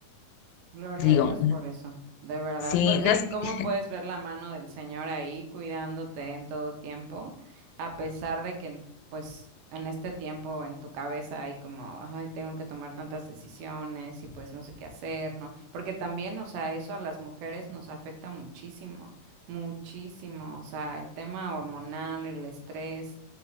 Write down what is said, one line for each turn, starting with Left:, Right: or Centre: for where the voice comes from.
Right: Gloria
Left: Digo,
Right: a Dios
Left: mm,
Right: por eso, de verdad,
Left: sí,
Right: porque
Left: no es
Right: ¿cómo
Left: que-
Right: puedes ver la mano del Señor ahí cuidándote en todo tiempo, a pesar de que, pues, en este tiempo en tu cabeza hay como, ay, tengo que tomar tantas decisiones y pues no sé qué hacer, ¿no? Porque también, o sea, eso a las mujeres nos afecta muchísimo, muchísimo, o sea, el tema hormonal, el estrés,